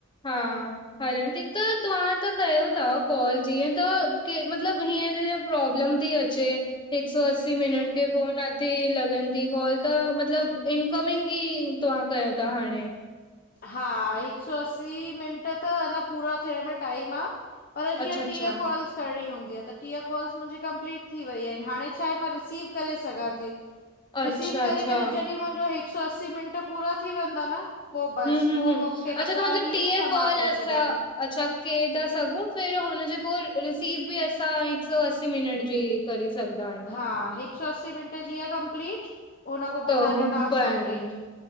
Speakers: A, on the left (about 25°); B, on the left (about 45°).
A: हा हल ठीक त तव्हां त कयो था कॉल जीअं त के मतलब हीअं प्रॉब्लम थी अचे हिकु सौ असी मिनट
B: हम्म
A: खे पोन न ते लॻंदी कॉल त, मतलबु इनकमिंग ई तव्हां कयो था हाणे
B: हा हिक सौ असीं मिंट त अञा पूरा थियण में टाइम आ पर जीअं
A: अच्छा अच्छा
B: टीह कॉल्स करणी हूंदी आ त टीह कॉल्स मुंहिंजी कंप्लीट थी वई आहिनि, हाणे छा आहे मां रिसीव करे सघां थी रिसीव
A: अच्छा
B: करे
A: अच्छा
B: करे जॾहिं मुंहिंजो हिक सौ असी मिंट पूरा थी वेंदा न पो बस
A: हम्म हम्म
B: पो
A: हम्म,
B: मूंखे
A: अच्छा
B: न
A: त
B: कॉल
A: मतलब
B: ईंदी
A: टीए
B: न
A: कॉल
B: मां करे
A: असा
B: सघां थी।
A: अच्छा के था सघूं, फिर हुन जेको रिसीव बि असां हिक सौ असी मिनट जी करे सघदा आहियू
B: हा हिक सौ असी मिंट जीअ कंपलीट, हुन खां
A: त
B: पो तव्हांजो
A: हो
B: टास्क
A: बंद
B: कंपलीट।